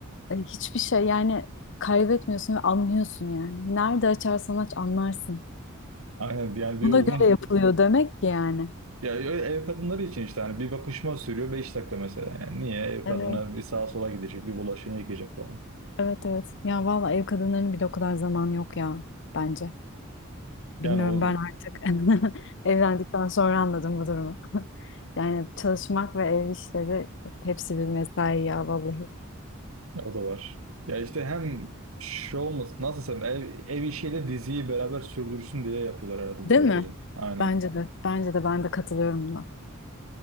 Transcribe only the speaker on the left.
E, hiçbir şey yani kaybetmiyorsun ve anlıyorsun yani. Nerede açarsan aç anlarsın.
Buna
göre yapılıyor demek ki yani.
Evet.
Evet evet. Ya valla ev kadınlarının bile o kadar zamanı yok ya bence. Bilmiyorum
ben artık <laughs> evlendikten sonra anladım bu durumu. <laughs> Yani çalışmak ve ev işleri hepsi bir mesai ya vallahi.
Değil
mi?
Bence de. Bence de ben de katılıyorum buna.